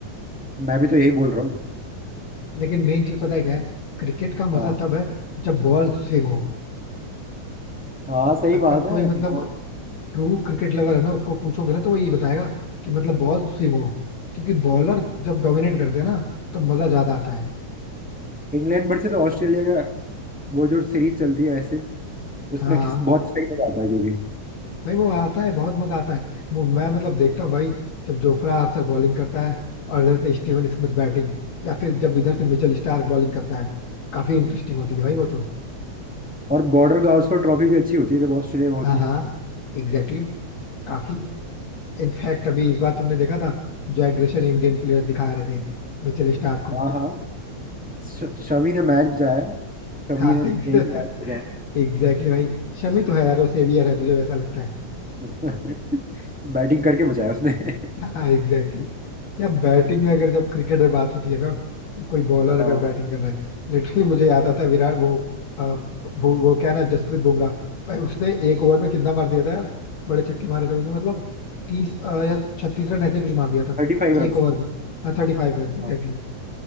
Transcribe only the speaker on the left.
लेकिन मेन चीज पता है क्या है क्रिकेट का मजा
तब है जब बॉल स्विंग हो
अगर
कोई मतलब
ट्रू क्रिकेट लवर है ना उसको पूछोगे ना तो वो ये बताएगा कि मतलब बॉल स्विंग हो क्योंकि बॉलर जब डोमिनेट करते हैं ना तो मजा ज्यादा आता है
हाँ हाँ
भाई वो आता है बहुत मजा आता है मु- मैं मतलब देखता हूँ भाई जब जोफ्रा आर्चर बॉलिंग करता है और इधर से स्टीवन स्मिथ बैटिंग या फिर जब इधर से मिचेल स्टार्क बॉलिंग करता है काफी इंटरेस्टिंग होती है भाई वो तो
हाँ
हाँ एग्जैक्टली exactly, काफी इनफैक्ट अभी इस बार तुमने देखा था जो एग्रेशन इंडियन प्लेयर्स दिखा रहे थे मिचेल स्टार्क को
हाँ
<laughs>
एग्जैक्टली भाई शमी तो है यार वो सेवियर है मुझे वैसा लगता है
हाँ एग्जैक्टली exactly. या बैटिंग में अगर जब क्रिकेट में बात होती है ना कि कोई बॉलर
अगर बैटिंग कर रहा है लिटरली मुझे याद आता है विराट वो अ, वो, वो क्या ना जसप्रीत बुमराह भाई उसने एक ओवर में कितना मार दिया था यार बड़े छक्के मारे थे उसने मतलब तीस अ, या छत्तीस रन ऐसे कुछ मार दिया था
एक ओवर में हाँ थर्टी फाइव रन एग्जैक्टली